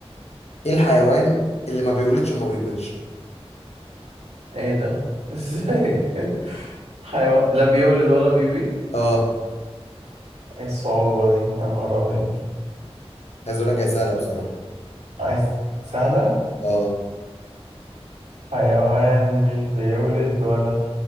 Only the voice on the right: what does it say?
ايه ده <laughs> ازاي حيوان لا بيولد ولا بيبيض
ايه الصعوبة دي يا نهار ابيض
عايز سهلة
حيوان مش بيولد ولا